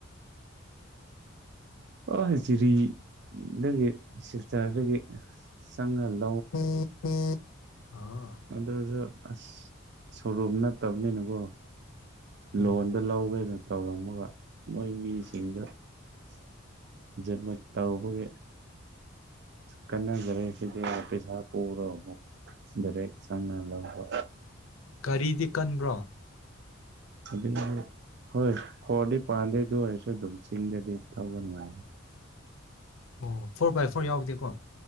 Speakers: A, on the right; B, on the left.
A: ꯑꯣ ꯍꯖꯤꯔꯤꯗꯒꯤ ꯁꯤꯜꯆꯔꯗꯒꯤ ꯆꯪꯍꯜꯂ
B: ꯍꯝ ꯎꯝ ꯑꯥ
A: ꯑꯗꯨꯁꯨ ꯑꯁ ꯁꯣꯔꯨꯝ ꯅꯠꯇꯕꯅꯤꯅꯀꯣ
B: ꯑꯣ
A: ꯂꯣꯟꯗ ꯂꯧꯒꯦꯅ ꯇꯧꯔꯝꯃꯒ ꯃꯣꯏ ꯃꯤꯁꯤꯡꯗꯖ ꯇꯧꯕꯒꯤ ꯀꯥꯟꯖꯔꯦ ꯁꯤꯗꯤ ꯄꯩꯁꯥ ꯄꯨꯔꯒ ꯑꯃꯨꯛ ꯗꯥꯏꯔꯦꯛ ꯆꯪꯅ ꯂꯧꯕ
B: ꯀꯔꯤꯗꯤ ꯀꯟꯕ꯭ꯔꯣ
A: ꯑꯗꯨ ꯍꯣꯏ ꯐꯣꯔꯗꯤ ꯄꯥꯟꯗꯩꯗ ꯑꯣꯏꯔꯁꯨ ꯑꯗꯨꯝ ꯆꯤꯡꯗꯗꯤ ꯊꯧꯕ ꯅꯨꯡꯉꯥꯏꯅ
B: ꯑꯣ ꯐꯣꯔ ꯕꯥꯏ ꯐꯣꯔ ꯌꯥꯎꯗꯦꯀꯣ